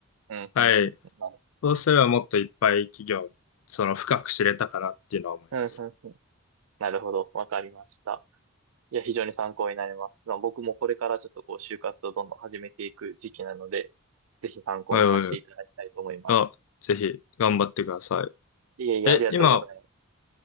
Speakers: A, on the right; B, on the left.
A: うん、
B: はい。
A: うん、うん、うんなる
B: そうすればもっといっぱい企業、その、深く知れたかなっていうのは思います。
A: うんうんうんなるほど。わかりました。いや、非常に参考になります。まあ、僕もこれからちょっとこう、就活をどんどん始めていく時期なので、ぜひ参考にさせていただきたいと思います。
B: はいはいはい。あ、ぜひ、頑張ってください。
A: いえいえ、
B: え、
A: ありがとうございます。
B: 今、